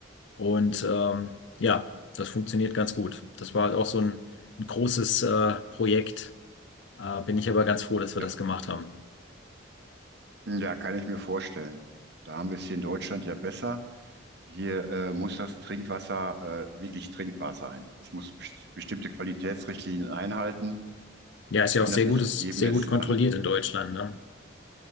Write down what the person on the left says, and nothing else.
Und ähm, ja, das funktioniert ganz gut. Das war halt auch so ein, ein großes äh, Projekt äh, bin ich aber ganz froh, dass wir
das gemacht haben.
Ja, ist
ja
auch sehr
gut, ist
sehr
gut kontrolliert
in Deutschland, ne?